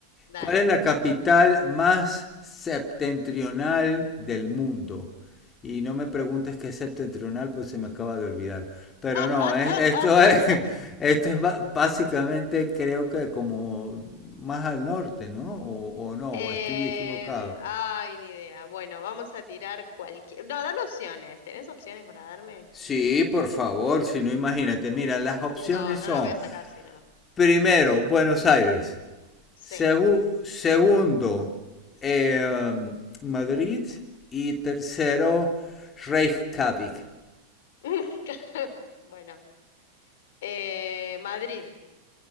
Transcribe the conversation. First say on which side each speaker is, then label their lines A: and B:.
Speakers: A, on the left (about 55°); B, on the left (about 25°).
A: dale.
B: ¿Cuál es la capital más septentrional del mundo? Y no me preguntes qué es septentrional, pues se me acaba de olvidar. Pero
A: <laughs>
B: no, es- esto es, <laughs> esto es ba- básicamente creo que como más al norte, ¿no? O, o no,
A: Em,
B: o estoy equivocado.
A: ay, ni idea. Bueno, vamos a tirar cualquier... No, dame opciones. ¿Tenés opciones para darme?
B: Sí, por favor, si no imagínate.
A: Mm.
B: Mira, las opciones
A: No, no
B: son,
A: la voy a sacar si no.
B: primero, Buenos Aires.
A: Sí.
B: Segu- segundo, eh, Madrid. Y tercero, Reykjavik.
A: <laughs> Bueno. Eh, Madrid.